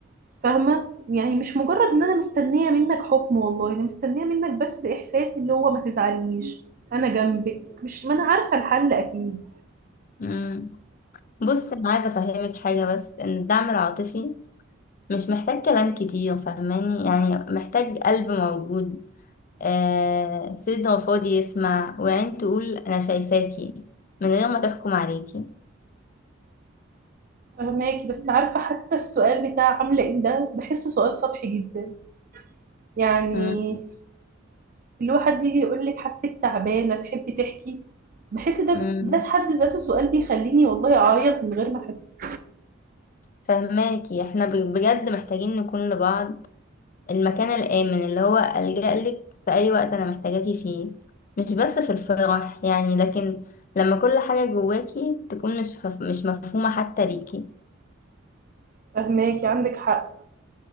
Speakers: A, on the right; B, on the left.
A: فاهمة يعني مش مجرد ان انا مستنية منك حكم والله انا مستنية منك بس احساس اللي هو ما تزعليش انا جنبك مش ما انا عارفة الحل اكيد
B: مم. بص أنا عايزة أفهمك حاجة بس إن الدعم العاطفي مش محتاج كلام كتير فاهماني يعني محتاج قلب موجود آه صدر فاضي يسمع وعين تقول أنا شايفاكي من غير ما تحكم عليكي
A: فهماكي بس عارفة حتى السؤال بتاع عاملة ايه ده بحسه سؤال سطحي جدا يعني
B: مم.
A: اللي هو حد يجي يقول لك حاسك تعبانة تحبي تحكي بحس ده
B: مم.
A: ده في حد ذاته سؤال بيخليني والله اعيط من غير ما احس
B: فهماكي احنا ب- بجد محتاجين نكون لبعض المكان الآمن اللي هو ألجأ لك في أي وقت أنا محتاجاكي فيه مش بس في الفرح يعني لكن لما كل حاجة جواكي تكون مش فف- مش مفهومة حتى ليكي
A: فهماكي عندك حق